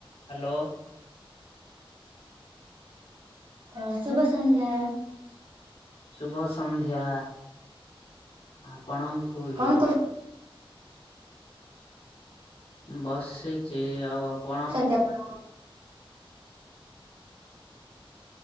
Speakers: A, on the left; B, on the right.
A: Hello.
B: ଅ ଶୁଭ ସନ୍ଧ୍ୟା।
A: ଶୁଭ ସନ୍ଧ୍ୟା ଆପଣଙ୍କୁ ବି।
B: କଣ
A: ଉଁ ବସିଚି ଆଉ ଆପଣ?
B: ଯେ ଆପଣ